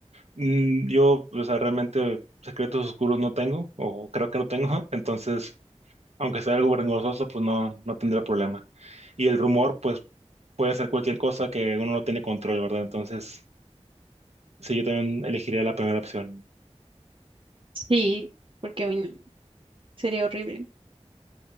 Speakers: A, on the right; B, on the right.
A: Mm, Yo, o sea, realmente secretos oscuros no tengo, o creo que no tengo, <laughs> entonces, aunque sea algo vergonzoso, pues no, no tendría problema. Y el rumor, pues puede ser cualquier cosa que uno no tiene control, ¿verdad? Entonces, sí, yo también elegiría la primera opción.
B: Sí, porque uy, no, sería horrible.